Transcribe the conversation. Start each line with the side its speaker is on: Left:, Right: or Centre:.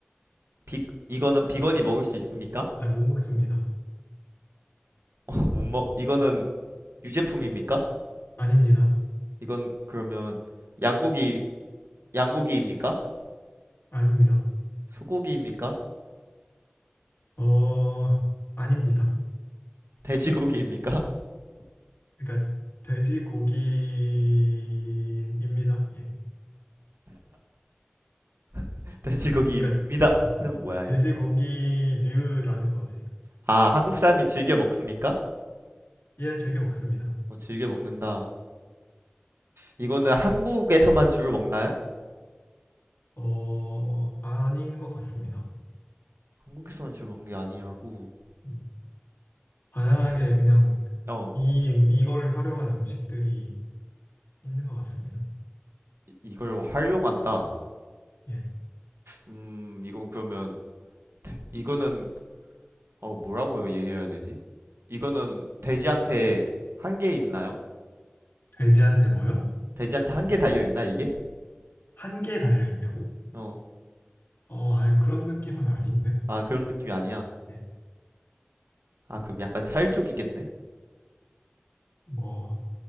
Right: 비, 이거는 비건이 먹을 수 있습니까?
Left: 아, 못 먹습니다.
Right: <laughs> 못 먹, 이거는 유제품입니까?
Left: 아닙니다.
Right: 이건 그러면 양고기, 양고기입니까?
Left: 아닙니다.
Right: 소고기입니까?
Left: 어, 아닙니다.
Right: 돼지고기입니까?
Left: 그러니까 돼지고기입니다. 예.
Right: <laughs> 돼지고기입니다.
Left: 그러니까 어, 아,
Right: 는 뭐야,
Left: 돼지고기류라는
Right: 이거.
Left: 거지.
Right: 아, 한국 사람이 즐겨 먹습니까?
Left: 예, 즐겨 먹습니다.
Right: 어, 즐겨 먹는다. 이거는 한국에서만 주로 먹나요?
Left: 어, 아닌 것 같습니다.
Right: 한국에서만 주로 먹는 게 아니라고.
Left: 음, 다양하게
Right: 음.
Left: 그냥
Right: 어,
Left: 이 음- 이거를 활용한 음식들이 있는 것 같습니다.
Right: 이- 이걸 활용한다.
Left: 예.
Right: 음, 이건 그러면 이거는 어 뭐라고 얘기해야 되지? 이거는 돼지한테 한 개 있나요?
Left: 돼지한테 뭐요?
Right: 돼지한테 한 개 달려 있나 이게?
Left: 한 개 달려 있냐고?
Right: 어,
Left: 어, 아니 그런 느낌은 아닌데.
Right: 아 그런 느낌이 아니야.
Left: 예.
Right: 아 그럼 약간 살 쪽이겠네.
Left: 뭐,